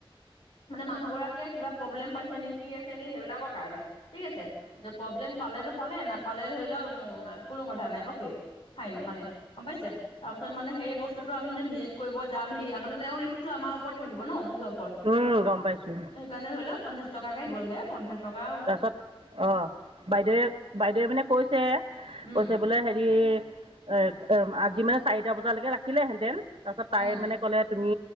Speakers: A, on the left; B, on the right.
A: মানে মানুহ গৰাকীয়ে কিবা পব্লেম পাইছে নিকি আছে নি সেইবিলাকৰ কাৰণে ঠিক আছে য পব্লেম পালেতো পালে নাপালে ধৰি লওঁক উম আ, কোনো কথা নাই অকে ফাইন মানে গম পাইছে তাপাছত মানে সেই বচ স্তুটো আমি যে ভিজিট কইব যাম সেইয়া মানে তেওঁৰ ৰিক্সটো আমাৰ ওপৰত থাকিব ন অফিচ ওপৰত
B: উম গম পাইছোঁ।
A: সেইকাৰণে ধৰি ল পঞ্চাছ টকাকে দিব লাগে। পঞ্চাচ টকা আও
B: তাপছত অ', বাইদেৱে বাইদেৱে মানে কৈছ ছে
A: উম
B: কছে বোলে হেৰি এক এ‌, আজি মানে চাৰিটা বজালৈকে ৰাখিলেহেঁতেন তাপাছত
A: উম
B: তাই মানে ক'লে তুমি